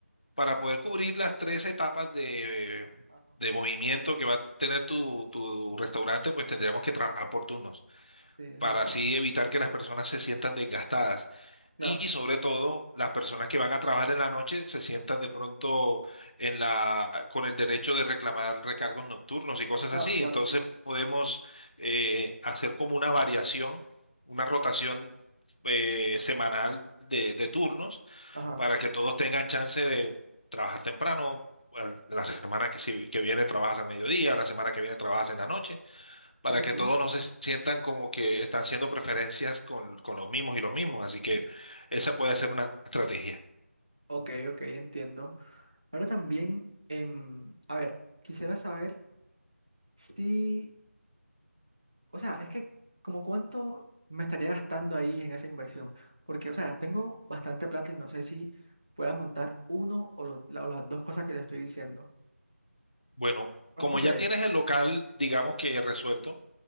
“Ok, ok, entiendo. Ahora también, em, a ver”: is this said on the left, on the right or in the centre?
Right